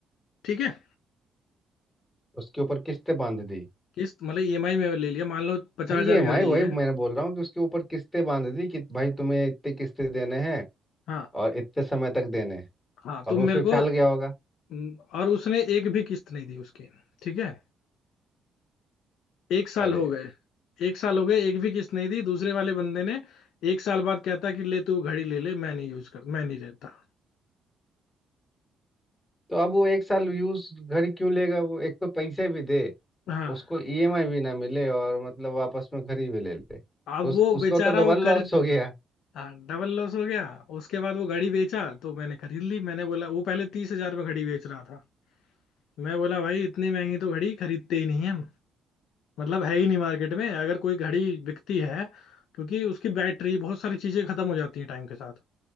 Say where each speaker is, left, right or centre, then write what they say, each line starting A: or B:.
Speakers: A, on the left; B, on the left.
A: ठीक है
B: उसके ऊपर किस्तें बांध दी
A: किस्त मतलब ईएमआई में ले लिया मान लो पचास
B: हाँ ये
A: हजार
B: एम
A: की
B: आई
A: घड़ी
B: वही
A: है
B: मैं बोल रहा हूँ कि उसके ऊपर किस्तें बांध दी कि भाई तुम्हें इतने किस्तें देने हैं
A: हाँ
B: और इतने समय तक देने
A: हाँ
B: और
A: तो
B: वो
A: मेरे
B: फिर
A: को
B: फैल गया होगा
A: हम्म, और उसने एक भी किस्त नहीं दी उसकी ठीक है एक साल
B: अरे
A: हो
B: यार
A: गए एक साल हो गए एक भी किस्त नहीं दी दूसरे वाले बंदे ने एक साल बाद कहता कि ले तू घड़ी ले ले मैं नहीं यूज कर मैं नहीं रहता
B: तो अब वो एक साल यूज घर ही क्यों लेगा वो एक तो पैसे भी दे
A: हाँ
B: उसको ईएमआई भी ना मिले और मतलब वापस में घर ही भी ले ले तो
A: अब
B: उस,
A: वो बेचारा
B: उसका तो डबल
A: वो
B: लॉस
A: कर
B: हो गया
A: हाँ डबल लॉस हो गया उसके बाद वो घड़ी बेचा तो मैंने खरीद ली मैंने बोला वो पहले तीस हजार में घड़ी बेच रहा था मैं बोला भाई इतनी महंगी तो घड़ी खरीदते ही नहीं है हम मतलब है ही नहीं मार्केट में अगर कोई घड़ी बिकती है क्योंकि उसकी बैटरी बहुत सारी चीजें खत्म हो जाती हैं टाइम के साथ